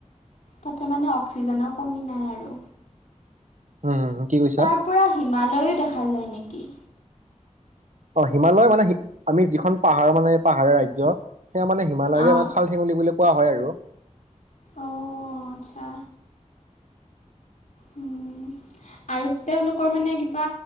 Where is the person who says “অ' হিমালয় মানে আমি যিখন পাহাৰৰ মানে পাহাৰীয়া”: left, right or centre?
Right